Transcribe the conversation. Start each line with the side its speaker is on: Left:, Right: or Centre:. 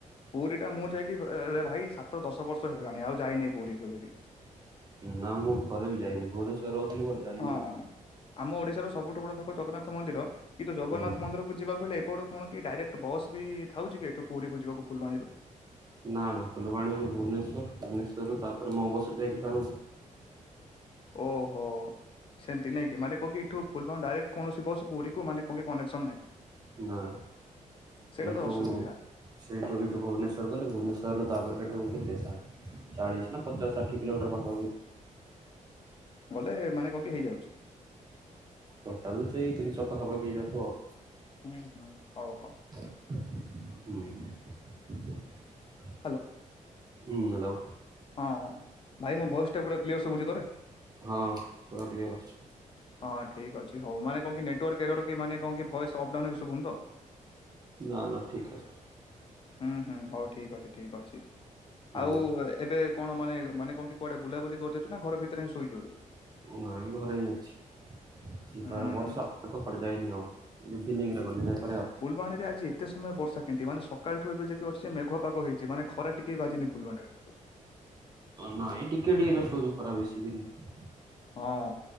Left: ପୁରୀ ଟା ମୁଁ ଯାଇକିରେ ଭାଇ ସାତ ଦଶ ବର୍ଷ ହେଇଗଲାଣି ଆଉ ଯାଇନି ପୁରୀ କ କେବେ
Right: ନା ମୁଁ ଥରେ ବି ଯାଇନି ଭୁବନେଶରରେ ରହୁଥିଲି ବଟ ଯାଇନି
Left: ହଁ
Right: ଆଉ
Left: ଆମ ଓଡିଶାର ସବୁଠୁ ବଡ ଥାକ ଜଗନ୍ନାଥ ମନ୍ଦିର କିନ୍ତୁ ଜଗନ୍ନାଥ
Right: ହୁଁ।
Left: ମନ୍ଦିରକୁ ଯିବାକୁ ହେଲେ ସେପଟ କଣ କି ଡାଇରେକ୍ଟ ବସ୍ ବି ଥାଉଛି କି ଏଠୁ ପୁରୀ କକୁ ଯିବାକୁ ଫୁଲବାଣୀରୁ
Right: ନା ନା ଫୁଲବାଣୀରୁୁ ଭୁବନେଶ୍ୱର ଭୁବନେଶ୍ଵର ରୁ ତାପରେ ମୋ ବସ ରେ ଯାଇକି ଫେରୁ
Left: ଓହୋ ସେମିତି ନାଇକି ମାନେ କଣ କି ଠୁ ଫୁଲବାଣୀ ଡାଇକ୍ଟ କୌଣସି ବସ ପୁରୀକୁ ମାନେ କୌଣସି କନେସନ୍ ନାହିଁ।
Right: ନାଇଁ
Left: ସେଇଟା
Right: ଏଇଟୁ
Left: ତ ଅସୁବିଧା
Right: ସେଇ ଡୋରୀ ଭୁବନେଶ୍ୱର ଗଲେ ଭୁବନେଶ୍ୱରରୁ ତାପରେ ସେ କେତେ ସା ଚାଳିଶ ନା ପଚାଶ କିଲୋମିଟର ପାଖାପାଖି
Left: ଗଲେ ମାନେ କଣ କି ହେଇଯାଉଛି।
Right: ଟୋଟାଲ୍ ସେଇ ତିନିଶହ ପାଖାପାଖି ହେଇ ଯାଉଥିବ ଆଉ।
Left: ହୁଁ ହୁଁ ହଉ ହଉ।
Right: ହୁଁ। <unintelligible>
Left: ହାଲୋ।
Right: ହୁଁ ହାଲୋ।
Left: ହଁ ଭାଇ ମୋ ଭଏସ୍ ଟା ପୁରା କ୍ଲିୟର ସବୁଛି ତତେ?
Right: ହଁ ପୁରା କ୍ଲିୟର ଅଛି।
Left: ହଁ ଠିକ୍ ଅଛି ହଉ ମାନେ କଣ କି ନେଟୱାର୍କ ଏରର୍ କି ମାନ କଣ ଭଏସ୍ ଅପ୍ ଡ଼ାଉନ୍ ଶୁଭୁନି ତ।
Right: ନାଁ ନାଁ ଠିକ୍ ଅଛି।
Left: ହୁଁ ହୁଁ ହଉ ଠିକ୍ ଅଛି ଠିକ୍ ଅଛି।
Right: ହୁଁ
Left: ଆଉ ଏବେ କଣ ମାନେ ମାନେ କଣ କି କୁଆଡେ ବୁଲାବୁଲି କରି ଯାଉଛ ନାଁ ଘର ଭିତରେ ହିଁ ଶୋଇଛୁ ଏବେ?
Right: ନାଇଁ ଘରେ ହିଁ ଅଛି ଯିବାର
Left: ହୁଁ।
Right: ବର୍ଷା ତ ପରେ ଯାଇନି ଆଉ। ଇଭିନିଂ ରେ ଗଲି ଯାହା।
Left: ଫୁଲବାଣୀରେ ଆଜି ଏତେ ସମୟ ବର୍ଷା କେମତି ମାନେ ସକାଳଠୁ ଏବେ ଯାଇକି ଅଛି ଯେ ମେଘୁଆ ପାଗ ହେଇଛି ମାନେ ଖରା ଟିକେ ବାଜିନି ଫୁଲବାଣୀରେ।
Right: ନାଇଁ ଟିକେ, ଟିକେ ଯଷ୍ଟ୍ ହଉଛି ଖରା ବେଶୀ ବି ନାହିଁ।
Left: ହଁ